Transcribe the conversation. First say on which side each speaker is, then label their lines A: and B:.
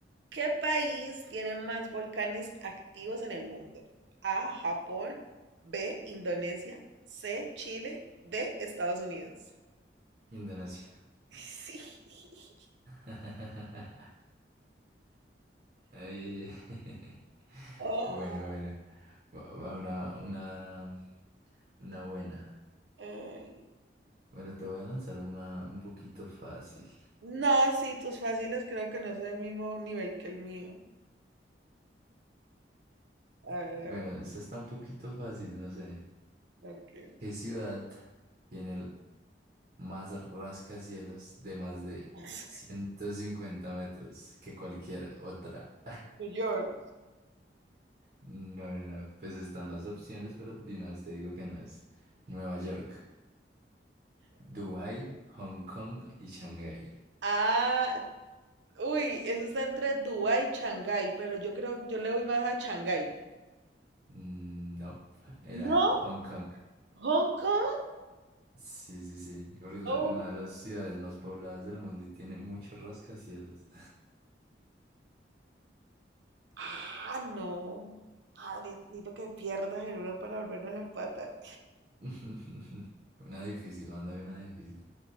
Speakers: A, on the right; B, on the right.
A: ¿Qué país tiene más volcanes activos en el mundo? A, Japón, B, Indonesia, C, Chile, D, Estados Unidos.
B: Indonesia.
A: <laughs> Sí.
B: <laughs> Ay, <laughs>
A: Oh,
B: Bueno, bueno. Va va una, una, una buena.
A: ay.
B: Bueno, te voy a lanzar una un poquito fácil.
A: No, sí, tus fáciles creo que no son del mismo nivel que el mío. A ver,
B: Bueno,
A: a ver.
B: esta está un poquito fácil, no sé.
A: Ok.
B: ¿Qué ciudad tiene el más rascacielos de más de
A: <laughs>
B: 150 metros que cualquier otra?
A: New York.
B: No, no, no. Pues están las opciones, pero de una vez te digo que no es. Nueva York, Dubái, Hong Kong y Shanghái.
A: Ah, uy, eso está entre Dubái y Shanghái, pero yo creo, yo le voy más a Shanghái.
B: Mm, No, era
A: ¿No?
B: Hong Kong.
A: ¿Hong Kong?
B: Sí, sí, sí. Porque la-
A: Oh.
B: una de las ciudades más pobladas del mundo y tiene muchos rascacielos.
A: Ah, no. Madre, necesito que pierdas en uno para volvernos a empatar.
B: <laughs> Una difícil, mándame una difícil.